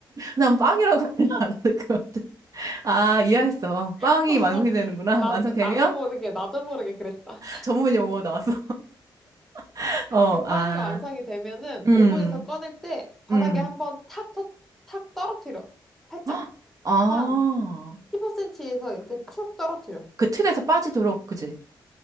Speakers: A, on the right (about 45°); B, in the centre.
A: 난 빵이라고 안 하는 것 같아. 아, 이해했어.
B: <laughs>
A: 빵이
B: 어,
A: 완성이 되는구나.
B: 나,
A: <laughs> 완성되면
B: 나도 모르게, 나도 모르게 그랬다.
A: 전문이 용어 나왔어. <laughs> 어,
B: 그
A: 아,
B: 빵이 완성이 되면은
A: 음,
B: 오븐에서 꺼낼 때 바닥에
A: 음.
B: 한번 탁, 터, 탁 떨어뜨려. 살짝.
A: 헉, 아,
B: 한 15cm에서 이렇게 툭 떨어뜨려.
A: 그 틀에서 빠지도록, 그지?